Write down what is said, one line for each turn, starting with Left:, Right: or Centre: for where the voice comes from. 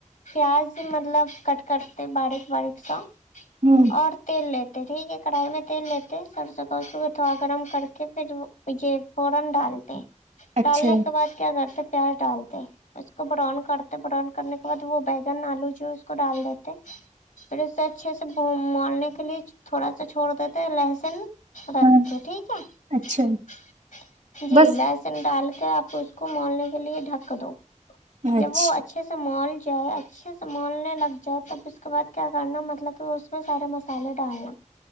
Left: پیاز مطلب کٹ کر باریک باریک سا
Right: ہوں
Left: اور تیل لیتے <unintelligible>
Right: اچھا
Left: النے کے بعد کیا کرتے پیار ڈالتے ہیں اس کو بران کرتے برن کرنے کے بعد وہ بیگن آلو جوس کو ڈال دیتے پھر اس سے اچھے سے مولنے کے لیے تھوڑا سا چھوڑ دیتے لہسن رچو
Right: ہاں
Left: ٹھیک ہے
Right: اچھا
Left: جی
Right: بس
Left: لہسن ڈال آپ اس کو مولنے کے لیے ڈھک دو
Right: اچھا
Left: جب وہ اچھے سے مال جائے اچھے سنبھالنے لگ جائے تب اس کے <unintelligible> اس کے بعد کیا کرنا مطلب کہ اس میں سارے مسالے ڈالنا